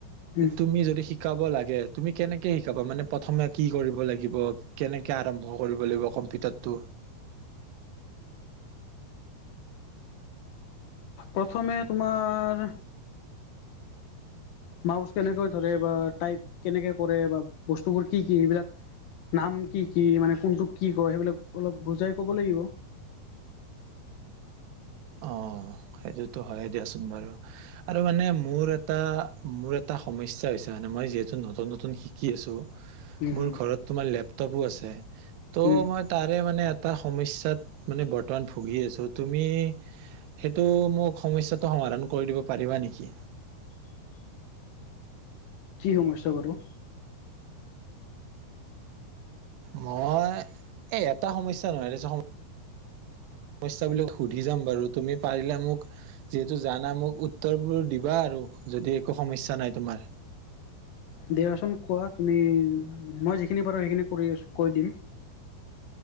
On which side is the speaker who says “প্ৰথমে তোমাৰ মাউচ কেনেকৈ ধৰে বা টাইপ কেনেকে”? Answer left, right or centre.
Left